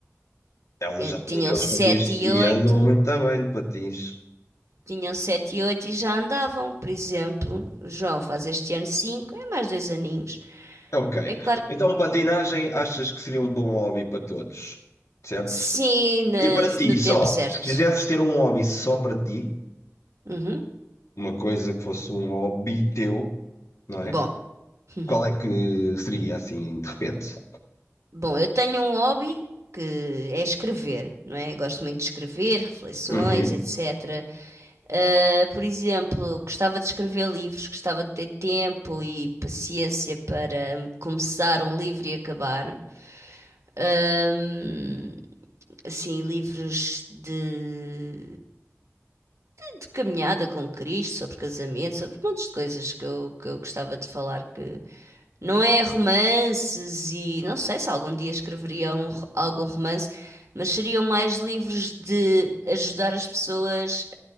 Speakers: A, on the left; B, on the right.
A: Elas
B: Eh,
A: já têm
B: Tinham
A: aqueles
B: 7
A: patins
B: e
A: e
B: 8,
A: andam muito bem de patins.
B: tinham 7 e 8 e já andavam, por exemplo. O João faz este ano 5, é mais dois aninhos.
A: É Ok.
B: É claro que
A: Então, patinagem achas que seria um bom hobby para todos, certo?
B: sim, no,
A: E para ti
B: no tempo
A: só,
B: certo.
A: se quisesses ter um hobby só para ti,
B: Uhum.
A: uma coisa que fosse um hobby teu, não é?
B: Bom, <laughs>
A: Qual é que seria assim, de repente?
B: bom, eu tenho um hobby que é escrever, não é? Eu gosto muito de escrever, reflexões,
A: Uhum.
B: etc. Uh, por exemplo, gostava de escrever livros, gostava de ter tempo e paciência para começar um livro e acabar. Um, assim, livros de, de caminhada com Cristo, sobre casamento, sobre montes de coisas que eu, que eu gostava de falar que não é romances e não sei se algum dia escreveria um- algum romance, mas seriam mais livros de ajudar as pessoas